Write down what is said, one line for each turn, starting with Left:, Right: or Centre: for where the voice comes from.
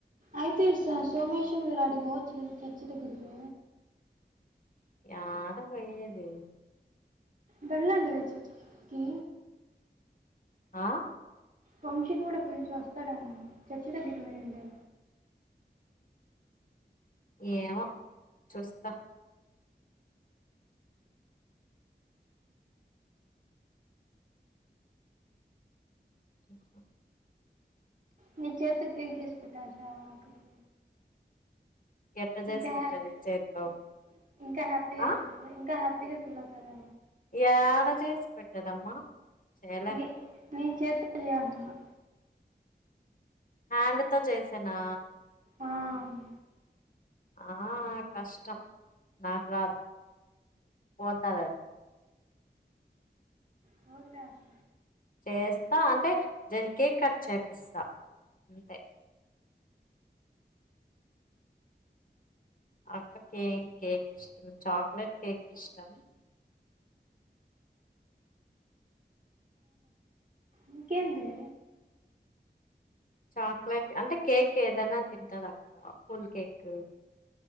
Right: అయితే సో సోమేశం మీరు ఆడికిపోచ్చు కాద చర్చ్చి దగ్గిరికి
Left: యాడ పోయ్యేది.
Right: వెళ్ళండి మీరు చర్చ్ దగ్గరికి
Left: ఆ
Right: వంశీని కూడా పిల్చు వస్తాడేమో చర్చ్ దగ్గరకి పోయిండే
Left: ఏమో చూస్తా చూస్తా
Right: నీ చేత్తో కేక్ చేసి పెట్టాచ్చా ఆ అక్కకి
Left: ఎట్ట చేసి
Right: ఇంకా
Left: పెట్టేది
Right: హ్యపీ
Left: చేత్తో
Right: ఇంకా హ్యాపీగా
Left: ఆ
Right: ఫీలవుతాది. ఇంకా హ్యాపీగా ఫీల్ అవుతాదేమో.
Left: యాడ చేసి పెట్టేదమ్మా చేయలేం
Right: మీ మీ చేత్తో చేయంటున్నా
Left: హ్యాండ్ తో చేసేనా
Right: ఆవును.
Left: ఆ కష్టం నాక్రాదు పోతాదది.
Right: పోదులే అక్క
Left: చేస్తా అంటే దాన్కి కేక్కట్ చేపిస్తా అంతే అక్కకే కేక్ ఇష్టం. చాక్లెట్ కేక్ ఇష్టం.
Right: ఇంకేంలే
Left: చాక్లెట్ అంటే కేక్ ఏదైనా తింటాదక్క కూల్ కేక్